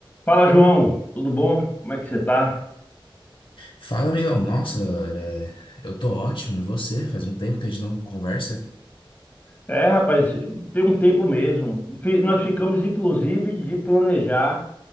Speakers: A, on the left; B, on the left.
A: Fala, João, tudo bom? Como é que você tá?
B: Fala, amigão. Nossa, é, eu tô ótimo. E você? Faz um tempo que a gente não conversa?
A: É, rapaz, tem um tempo mesmo. Fi- Nós ficamos, inclusive, de planejar